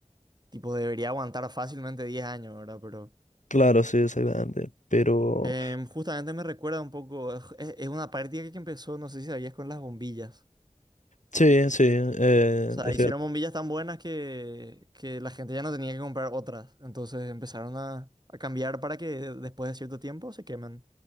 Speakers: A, on the right; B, on the left.
A: Tipo, debería aguantar fácilmente 10 años, ¿verdad? Pero
B: Claro, sí, exactamente. Pero,
A: em, justamente me recuerda un poco, es, es una práctica que empezó, no sé si sabías, con las bombillas.
B: sí, sí, eh,
A: O sea,
B: estoy
A: hicieron
B: de acuerdo.
A: bombillas tan buenas que, que la gente ya no tenía que comprar otras. Entonces empezaron a, a cambiar para que después de cierto tiempo se quemen.